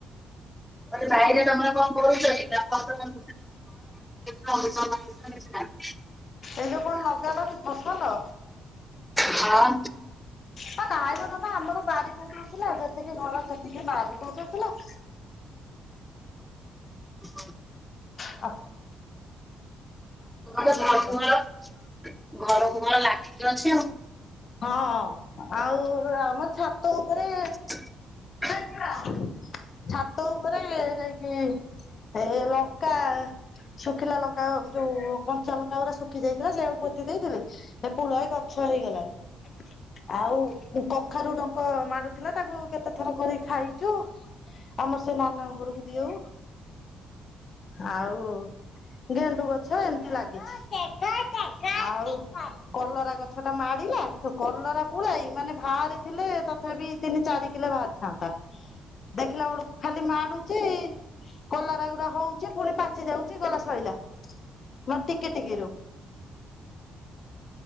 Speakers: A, in the centre; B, on the left (about 50°).
A: ସାଇରେ ତମର କଣ କରୁଚନ୍ତି ବାପା <unintelligible> କଣ <unintelligible> କିଛି ନାହିଁ
B: ଏବେ କଣ ଲଗାଲଣି ଫସଲ?
A: ହଁ
B: ନା କାହିଁ କ ନା ନା ଆମର ବାରି କୋଉଠିଥିଲା ଯେତିକି ଘର ସେତିକି ବାରି କୋଉଠିଥିଲା
A: ହ
B: ଅ
A: ତେ ଘର
B: ବା ଆମର
A: ମୁହଳ ଘର ମହଳ ଲାଗି ଅଛି ଆଉ
B: ହଁ ଆଉ ଆମ ଛାତ ଉପରେ
A: <inaudible>
B: ସେ ଛାତ ଉପରେ ହେଇକି ଏ ଲଙ୍କା ଶୁଖିଲା ଲଙ୍କା ଯୋଉ କଞ୍ଚା ଲଙ୍କା ଗୁରା ଶୁଖି ଯାଇଥିଲା ସେୟାକୁ ପୋତି ଦେଇଥିଲି ସେପୁଳାଏ ଗଛ ହେଇଗଲାଣି ଆଉ କଖାରୁ ଡଙ୍କ ମାଡୁ ଥିଲା ତାକୁ କେତେ ଥର କରିକି ଖାଇଛୁ ଆମର ସେ ନାନା ଘରକୁ ଦିଅଉ
A: <inaudible>
B: ଆଉ ଗେଣ୍ଡୁ ଗଛ ଏମିତି ଲାଗିଛି ଆଉ କଲରା ଗଛ ଟା ମାଡିଲା ଯୋଉ କଲରା ପୋଳାଇ ମାନେ ବାହାରିଥିଲେ ତଥାପି ତିନି ଚାରି କିଲୋ ବାହାରିଥାନ୍ତା। ଦେଖିଲା ବେଳକୁ ଖାଲି ମାଡୁଛି କଲାରାଗୁରା ହଉଛି ପୁଣି ପାଚି ଯାଉଛି ଗଲା ଶଇଲା ମାନେ ଟିକେ ଟିକେ ରୁ